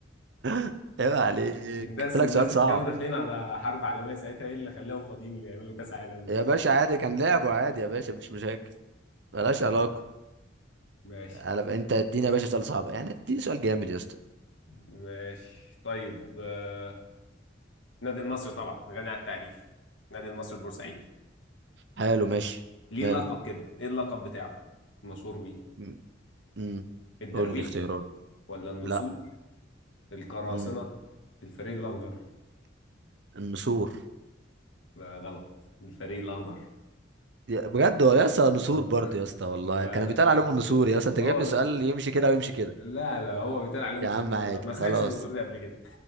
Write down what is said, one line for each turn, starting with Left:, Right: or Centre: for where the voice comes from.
Right: <laughs> عيب عليك
Left: الناس
Right: قلت
Left: الناس
Right: لك سؤال صعب
Left: مش كانوا داخلين على حرب عالمية ساعتها ايه اللي خلاهم فاضيين اللي يعملوا كأس عالم
Right: يا باشا عادي كان لعبه عادي يا باشا مش مشاكل ملهاش علاقة
Left: طيب ماشي
Right: قلب انت اديني يا باشا سؤال صعب يعني اديني سؤال جامد يا اسطى
Left: ماشي طيب آه، النادي المصري طبعا غني عن التعريف النادي المصري البورسعيدي
Right: حلو ماشي
Left: ليه
Right: ماله
Left: لقب كده ايه اللقب بتاعه مشهور بيه
Right: مم. مم.
Left: الدراويش
Right: قول لي اختيارات
Left: ولا النسور
Right: لا
Left: القراصنة
Right: مم.
Left: الفريق الأخضر
Right: النسور
Left: لا غلط الفريق الأخضر
Right: يا- بجد هو يا اسطى نسور
Left: اه
Right: برضه يا اسطى والله
Left: لا
Right: كان بيتقال عليهم النسور يا اسطى انت
Left: هو
Right: جايب لي
Left: ب...
Right: سؤال يمشي كده ويمشي كده
Left: لا لا هو بيتقال عليهم
Right: يا
Left: الفريق
Right: عم
Left: الاخضر
Right: عادي
Left: ما سمعتش
Right: خلاص
Left: النظور ده قبل كده